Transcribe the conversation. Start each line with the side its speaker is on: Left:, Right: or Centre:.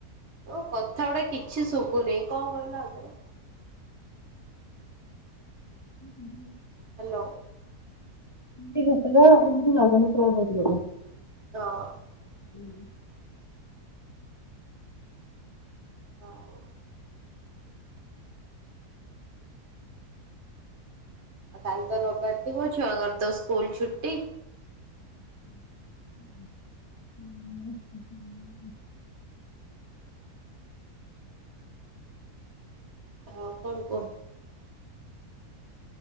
Right: ଓ କଥା ଗୁଡା କିଛି ଶୁଭୁନି, କଣ କହିଲ ଆଉଥରେ
Left: <unintelligible>
Right: ହାଲୋ
Left: <unintelligible>
Right: ହଁ ଅଁ
Left: ହୁଁ ଉଁ
Right: ଆଉ ଆଉ କାଲି ତ ରବିବାର ଥିବ, ଛୁଆଙ୍କର ତ ସ୍କୁଲ ଛୁଟି
Left: <unintelligible> <unintelligible>
Right: ହଁ କଣ କହ?